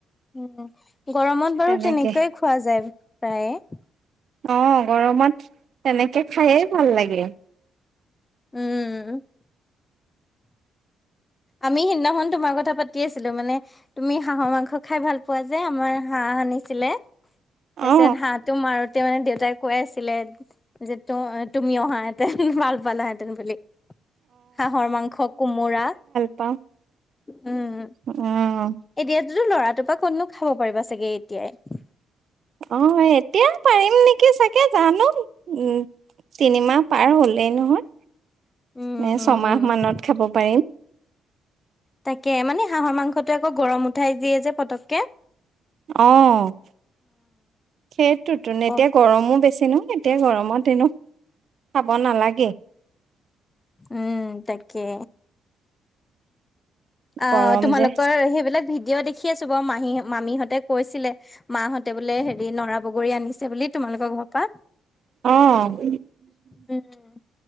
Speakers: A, on the left; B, on the right.
A: উম, গৰমত বাৰু
B: তেনেকে
A: তেনেকেই খোৱা যায় প্ৰায়ে।
B: অঁ', - গৰমত তেনেকে খায়ে ভাল লাগে।
A: উমঁ। আমি সিদিনাখন তোমাৰ কথা পাতি আছিলোঁ, মানে- তুমি হাঁহৰ মাংস খাই ভাল পোৱা যে আমাৰ হাঁহ আনিছিলে। তাৰ
B: অ
A: পিছত হাঁহটো মাৰোতে মানে দেউতাই- কৈ আছিলে যে ত' তুমি অহা হেঁতেন ভাল পালে হেঁতেন বুলি। হাঁহৰ মাংস, কোমোৰা।
B: অহ।
A: উমঁ।
B: উমঁ।
A: এতিয়া তো ল'ৰাটোৰ পৰা ক'ত নো খাব পাৰিবা চাগে এতিয়াই।
B: অঁ' এতিয়া পাৰিম নেকি চাগে জানো উম' তিনিমাহ। পাৰ হ'লেই নহয়,
A: উম,
B: মানে
A: উম।
B: ছমাহ মানত খাব পাৰিম।
A: তাকে, মানে হাঁহৰ মাংসটো আকৌ গৰম উঠাই দিয়ে যে পতককে।
B: অঁ', সেইটোতো,
A: আকৌ
B: তেতিয়া গৰমো বেছি নহয়। এতিয়া গৰমত এনেও খাব নালাগে।
A: উমঁ তাকে। আঁহ
B: গৰম
A: তোমালোকৰ
B: যে
A: সেইবিলাক ভিডিঅ' দেখি আছো বাৰু মাহী, মামীহঁতে কৈছিলে। মাহঁতে বোলে হেৰি নৰা বগৰী আনিছে বুলি তোমালোকৰ ঘৰ পা।
B: অঁহ।
A: উম,